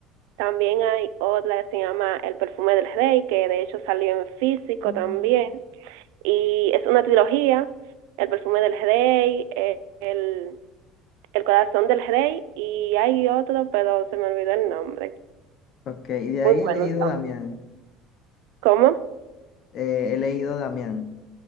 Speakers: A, on the right; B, on the left.
A: También hay otra que se llama El perfume del rey, que de hecho salió en físico
B: Mm.
A: también. Y es una trilogía, El perfume del rey, eh, el, el corazón del rey, y hay otro, pero se me olvidó el nombre.
B: Ok, y de ahí
A: Muy bueno
B: he leído
A: también.
B: Damián.
A: ¿Cómo?
B: Eh, he leído Damián.